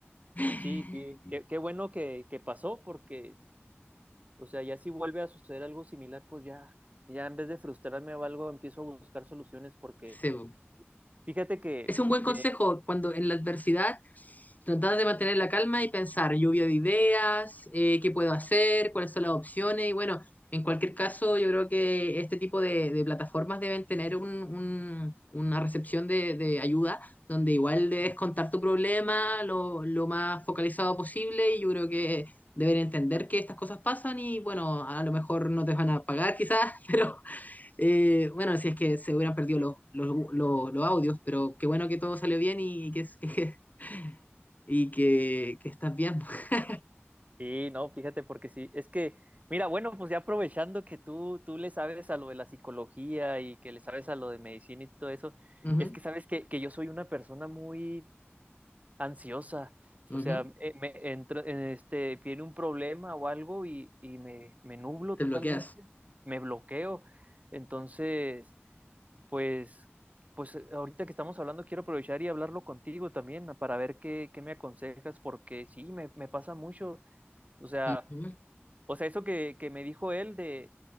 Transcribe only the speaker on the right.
Sí, sí, qué, qué bueno que, que pasó porque, o sea, ya si vuelve a suceder algo similar, pues ya, ya en vez de frustrarme o algo, empiezo a buscar soluciones porque,
fíjate que,
que,
sí, no, fíjate porque sí, es que, mira, bueno, pues ya aprovechando que tú, tú le sabes a lo de la psicología y que le sabes a lo de medicina y todo eso,
es que sabes que, que yo soy una persona muy, ansiosa.
O sea, eh, me entra, en este, viene un problema o algo y, y me, me nublo
totalmente,
me bloqueo. Entonces, pues, pues eh, ahorita que estamos hablando, quiero aprovechar y hablarlo contigo también ah, para ver qué, qué me aconsejas, porque sí, me, me pasa mucho. O sea,
o sea, eso que, que me dijo él de,